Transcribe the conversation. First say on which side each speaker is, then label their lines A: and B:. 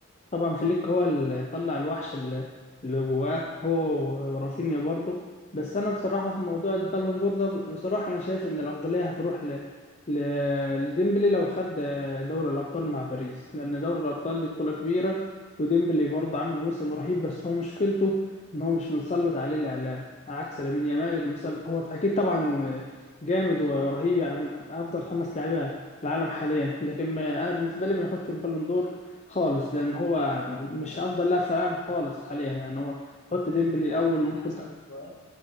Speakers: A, on the left; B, on the left.
A: طبعا فليك هو اللي طلع الوحش اللي اللي جواه هو ورافينيا برضه بس انا بصراحه في موضوع البالون دور ده بصراحه انا شايف ان الافضليه هتروح ل... ل... لديمبلي لو خد دوري الابطال مع باريس لان دوري الابطال دي بطوله كبيره وديمبلي برضه عامل موسم رهيب بس هو مشكلته ان هو مش متسلط عليه الاعلام عكس لامين يامال اللي متسلط هو اكيد طبعا جامد ورهيب يعني من افضل خمس لاعيبه في العالم حاليا لكن ما- انا بالنسبه لي ما ياخدش البالون دور خالص لان هو مش افضل لاعب في العالم خالص حاليا يعني هو تحط ديمبلي الاول ممكن
B: انا هسألك
A: تحط
B: سؤال